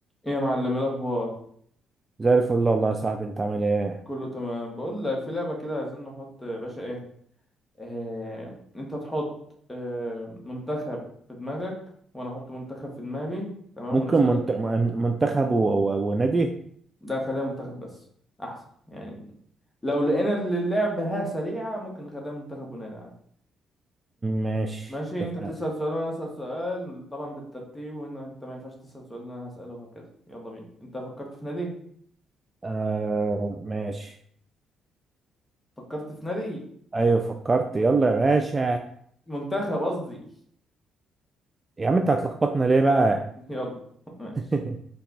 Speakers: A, on the left; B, on the right.
A: ايه يا معلم إيه الاخبار
B: زي الفل والله يا صاحبي انت عامل ايه
A: كله تمام بقول لك في لعبه كده عايزين نحط يا باشا ايه آه انت تحط آه منتخب في دماغك وانا احط منتخب في دماغي تمام
B: ممكن
A: ونسال
B: منت... من- منتخب و... و... ونادي
A: ده خليها منتخب بس احسن يعني لو لقينا إن اللعبه ها سريعه ممكن نخليها منتخب ونلعب
B: ماشي
A: ماشي
B: اتفقنا
A: انت تسال سؤال وانا اسال سؤال طبعا بالترتيب وان انت ما ينفعش تسال سؤال اللي انا هساله وهكذا يلا بينا انت فكرت في نادي
B: آه ماشي
A: فكرت في نادي
B: ايوه فكرت يلا يا باشا
A: منتخب قصدي
B: يا عم انت هتلخبطنا ليه بقى
A: <laughs> يلا ماشي
B: <laughs>